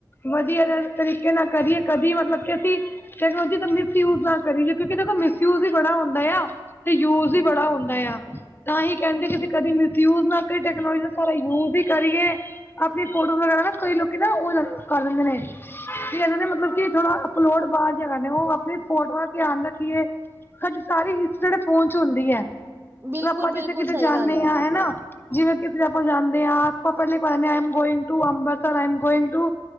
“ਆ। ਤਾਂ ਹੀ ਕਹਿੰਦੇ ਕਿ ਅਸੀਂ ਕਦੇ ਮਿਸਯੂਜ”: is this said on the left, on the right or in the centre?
Left